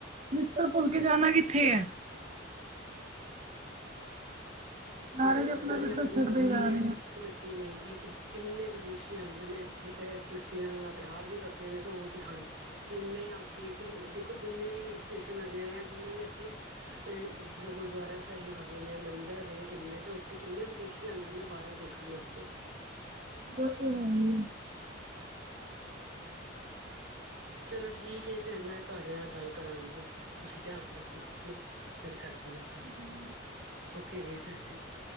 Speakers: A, on the right; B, on the right.
A: ਵਿਰਸਾ ਭੁੱਲ ਕੇ ਜਾਣਾ ਕਿੱਥੇ ਹੈ। ਸਾਰੇ
B: ਕਿਉਂਕਿ
A: ਤੇ ਆਪਣਾ
B: ਜਿਹੜੀ
A: ਵਿਰਸਾ
B: ਆਪਣੀ
A: ਛੱਡਦੇ
B: ਮਿੱਟੀ
A: ਜਾ
B: ਏ
A: ਰਹੇ ਆ।
B: ਮਿੱਟੀ ਦੇਹੇਗੀ ਕਿ ਕਿੰਨੇ ਵਿਦੇਸ਼ੀ ਆਂਦੇ ਨੇ ਇੱਥੇ ਤੇ ਇਸ ਮਿੱਟੀ ਨਾਲ ਪਿਆਰ ਵੀ ਕਰਦੇ ਨੇ ਤਾਂ ਉਹ ਦਿਖਾ ਕਿੰਨੇ ਆਗੇ ਕਿ ਦੇਖੋ ਜਿੰਨੇ ਵੀ ਹਿੱਲ ਸਟੇਸ਼ਨ ਹੈਗੇ ਨੇ ਜਿੰਨੇ ਵੀ ਇੱਥੇ ਇਹ ਜਿਸ ਤਰ੍ਹਾਂ ਗੁਰਦੁਆਰਾ ਸਾਹਿਬ ਹੈਗੇ ਨੇ ਮੰਦਿਰ ਹੈਗੇ ਨੇ। ਕਿੰਨੇ ਤਾਂ ਉੱਥੇ ਕਿੰਨੇ ਵਿਦੇਸ਼ੀ ਆਂਦੇ ਨੇ ਬਾਹਰੋਂ ਦੇਖਣ ਵਸਤੇ
A: ਔ ਤੇ ਹੈ ਹੀ ਐ।
B: ਚਲੋ ਠੀਕ ਹੈ, ਫੇਰ ਮੈਂ ਤੁਹਾਡੇ ਨਾਲ ਗੱਲ ਕਰਾਂਗੀ। ਤੁਸੀਂ ਧਿਆਨ ਰੱਖਣਾ ਆਪਣਾ, ਫਿਰ ਕਰਦੀ ਹ ਗੱਲ,
A: ਹੈ
B: ਔ ਕੇ ਜੀ, ਸਤਿ ਸ੍ਰੀ ਅਕਾਲ